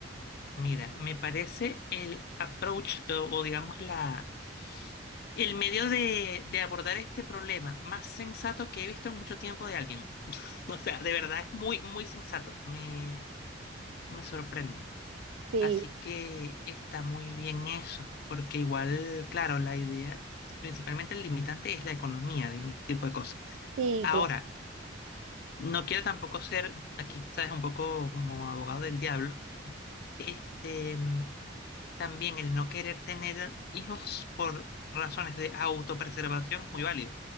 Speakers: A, on the left; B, on the right.
A: Mira, me parece el approach o, o digamos la El medio de, de abordar este problema más sensato que he visto en mucho tiempo de alguien. <laughs> O sea, de verdad es muy, muy sensato. Me, me sorprende.
B: Sí,
A: Así que está muy bien eso, porque igual, claro, la idea, principalmente el limitante es la economía de en este tipo de cosas.
B: sí,
A: Ahora,
B: claro.
A: no quiero tampoco ser, aquí sabes, un poco como abogado del diablo, este, mm, También el no querer tener hijos por razones de autopreservación es muy válido,